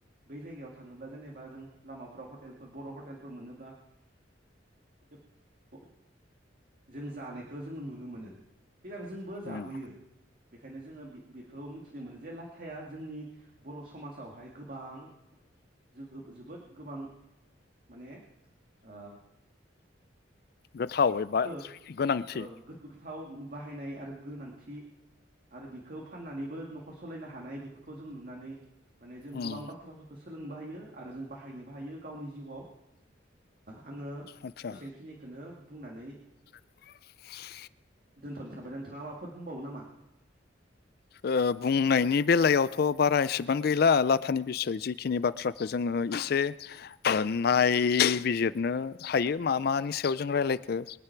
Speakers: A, on the right; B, on the left.
A: बै जायगायाव थाङोब्ला जेनेबा जों लामाफ्राव हटेलफोर बर' हटेलफोर मोनोब्ला <unintelligible> जों जानायखौ जों नुनो मोनो <unintelligible> जोंबो जाबोयो
B: उम
A: बेखायनो जोङो बे बेखौ मिथिनो मोनो जे लाथाया जोंनि बर' समाजावहाय गोबां जोगोब जोबोद गोबां माने ओ
B: गोथाव एबा
A: औ
B: गोनांथि
A: गोथाव बाहायनाय आरो गोनांथि आरो बिखौ फाननानैबो न'खर सालायनो हानाय बेफोरखौ जों नुनानै माने जों
B: उम
A: गोबां बाथ्राफोरखौ सोलोंनोबो हायो। आरो जों बाहायनोबो हायो गावनि जिउआव ओ आङो
B: आदसा
A: बेसांखिनिखौनो बुंनानै
B: <inaudible>
A: दोनथ'नो सानबाय नोंथाङा माबाफोर बुंबावो नामा?
B: ओ बुंनायनि बेलायाव थ' बारा एसेबां गैला लाथानि बिसय जिखिनि बाथ्राखौ जोङो एसे नायबिजिर नो हायो मा मानि सायाव जों रारलायखो